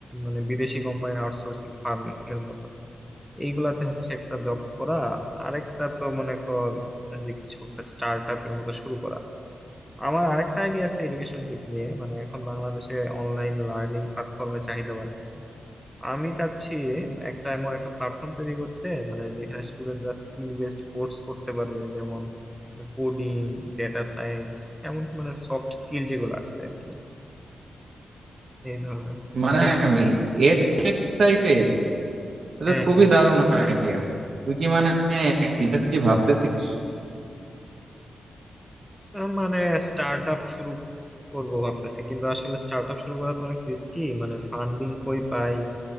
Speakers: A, in the centre; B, on the right.
A: মানে বিদেশি কোম্পানি আউটসোর্সিং ফার্ম এর মতো এইগুলাতে হচ্ছে একটা জব করা আরেকটা তো মনে কর যে কিছু একটা স্টার্ট এর মতো শুরু করা আমার আরেকটা আইডিয়া আছে এডুকেশন দিক নিয়ে মানে এখন বাংলাদেশে অনলাইন লার্নিং প্ল্যাটফর্মে চাহিদা বাড়ছে আমি চাচ্ছি একটা এমন একটা প্ল্যাটফর্ম তৈরি করতে মানে যেখানে স্টুডেন্টরা স্কিল বেসড কোর্স করতে পারবে যেমন কোডিং ডেটা সায়েন্স এমন মানে সফট স্কিল যেগুলো আছে আর কি এই ধরনের
B: মানে এর টাইপের এটা
A: হ্যাঁ
B: তো খুবই
A: হ্যাঁ
B: দারুণ আইডিয়া তুই কি মানে সিরিয়াসলি ভাবতেছিস
A: আহ, মানে স্টার্ট আপ শুরু করব ভাবতেছি কিন্তু আসলে স্টার্ট আপ শুরু করা তো অনেক রিস্কি মানে ফান্ডিং কই পাই